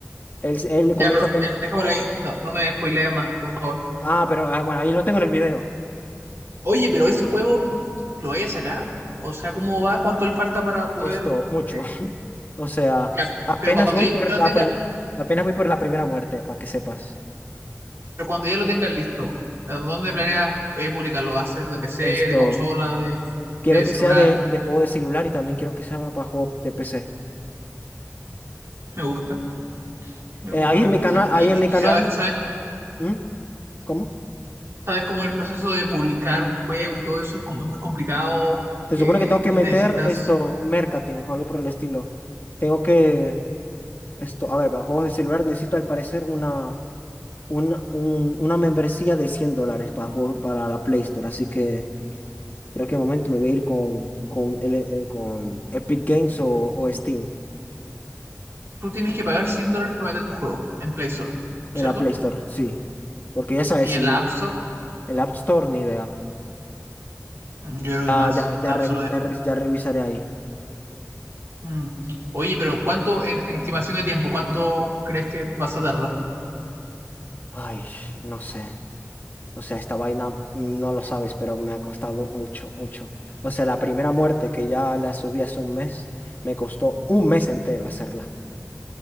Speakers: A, on the left (about 35°); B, on the right (about 55°).
A: Él, él
B: Ya,
A: comienza
B: pero
A: a pensar,
B: ya, déjamelo ahí. No, no me spoilees más, por favor.
A: ah, pero ah, bueno, ahí lo tengo en el video.
B: Oye, pero ese juego, ¿lo vais a sacar? O sea, ¿cómo va? ¿Cuánto le falta para poder...?
A: Esto, mucho.
B: eh,
A: <laughs> O sea,
B: ya,
A: apenas
B: pero cuando
A: voy
B: ya
A: por
B: lo
A: la,
B: tenga,
A: pri- apenas voy por la primera muerte, para que sepas.
B: pero cuando ya lo tengas listo, ¿a ¿dónde planeas eh, publicarlo? ¿Va a ser de PC,
A: Esto.
B: de consola, de,
A: Quiero
B: de
A: que
B: celular?
A: sea de, de juego de celular y también quiero que sea para juego de PC.
B: Me gusta, me
A: Eh,
B: gusta,
A: ahí
B: me
A: en
B: gusta.
A: mi canal, ahí
B: ¿Y,
A: en mi
B: y sabes,
A: canal,
B: sabes, cómo-
A: ¿Mm? ¿Cómo?
B: sabes cómo el proceso de publicar un juego y todo eso es como muy complicado?
A: Se
B: Que,
A: supone que tengo que
B: que
A: meter
B: necesitas?
A: esto, marketing o algo por el estilo. Tengo que, esto, a ver, para juegos de celular necesito al parecer una, una, un- una membresía de 100 dólares para juegos, para la Play Store. Así que creo que de momento me voy a ir con, con, el- eh, con Epic Games o, o Steam
B: Tú tienes que pagar 100 dólares para meter tu juego en Play Store,
A: en
B: ¿cierto?
A: la Play Store, sí. Porque ya sabes,
B: Y
A: si
B: en la App Store,
A: el App Store ni idea.
B: mm, yo creo que
A: Ya,
B: más.
A: ya, ya,
B: La App
A: revi-
B: Store
A: ya, re- ya revisaré ahí.
B: de- mm. Oye, pero ¿cuánto en, en
A: Mm.
B: estimación de tiempo? ¿Cuánto crees que vas a tardar?
A: Ay, no sé. O sea, esta vaina mm, no lo sabes, pero me ha costado mucho, mucho. O sea, la primera muerte que ya la subí hace un mes, me costó un mes entero hacerla.